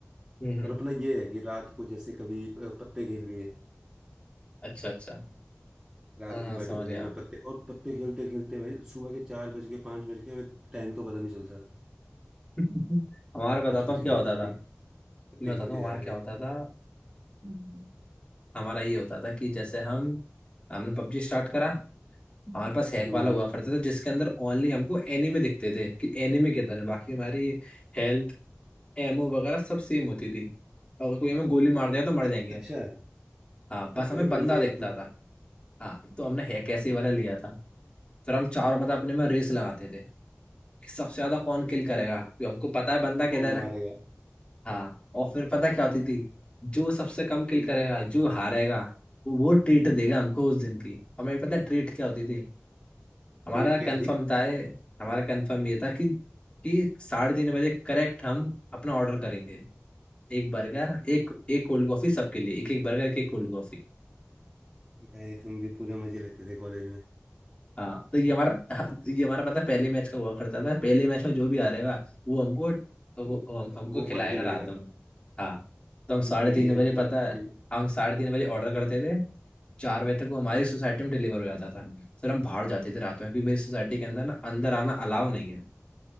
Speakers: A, on the left (about 25°); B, on the right (about 15°).
A: हम्म हम्म,
B: पर अपना ये है कि रात को जैसे कभी अ, पत्ते खेल लिए
A: अच्छा अच्छा
B: रात
A: हाँ
B: को बैठे
A: समझ
B: थे
A: गया
B: अपना पत्ते और पत्ते खेलते खेलते भाई सुबह के चार बज के पाँच बज के हमें टाइम का पता नहीं चलता था
A: <laughs> हमारा
B: चार
A: बताता
B: पाँच बज
A: हूँ क्या
B: गए हैं,
A: होता
B: पत्ते
A: था मैं
B: पत्ते
A: बताता
B: खेलते
A: हूँ
B: जा
A: हमारा
B: रहे
A: क्या होता
B: हैं
A: था हम्म। हमारा ये होता था कि जैसे हम हमने पबजी स्टार्ट करा हमारे पास हैक
B: हम्म
A: वाला हुआ करता था जिसके अंदर ओनली हमको एनीमे दिखते थे कि एनीमे किधर है बाकी हमारी हेल्थ एमओ वगैरह सब सेम होती थी अगर कोई हमें गोली मार दिया तो मर
B: अ-
A: जाएंगे
B: अच्छा
A: हम हाँ बस
B: तो भाई
A: हमें बंदा
B: बढ़िया है
A: दिखता
B: ये तो
A: था हाँ तो हमने हैक ऐसे वाला लिया था फिर हम चारों पता अपने में रेस लगाते थे कि सबसे ज्यादा कौन किल करेगा
B: ठीक।
A: क्योंकि हमको पता है बंदा किधर
B: कौन
A: है
B: मारेगा
A: हाँ और फिर पता क्या होती थी जो सबसे कम किल
B: हम्म,
A: करेगा जो हारेगा वो वो ट्रीट देगा हमको उस दिन की हमें पता ट्रीट क्या होती थी हमारा
B: फिर क्या
A: कंफर्म
B: थी
A: था हमारा कंफर्म ये था कि कि साढ़े तीन बजे करेक्ट हम अपना ऑर्डर करेंगे एक बर्गर एक एक कोल्ड कॉफी सबके लिए एक एक बर्गर एक एक कोल्ड कॉफी
B: भाई तुम भी पूरे मजे लेते थे कॉलेज में
A: हाँ तो ये हमारा <laughs> हाँ,
B: <laughs>
A: तो ये हमारा पता है, पहले मैच का हुआ करता था पहले मैच में जो भी आ रहेगा वो हमको वो,
B: वो
A: वो हम, हमको
B: वो
A: खिलाएगा
B: पार्टी
A: रात
B: देगा
A: में हाँ तो हम साढ़े
B: बढ़िया
A: तीन
B: है
A: बजे
B: बहुत
A: पता है
B: सही
A: हम साढ़े तीन बजे ऑर्डर करते थे चार बजे तक वो हमारी सोसाइटी में डिलीवर हो जाता था फिर हम बाहर जाते थे रात में क्योंकि मेरी सोसाइटी के अंदर ना अंदर आना अलाउ नहीं है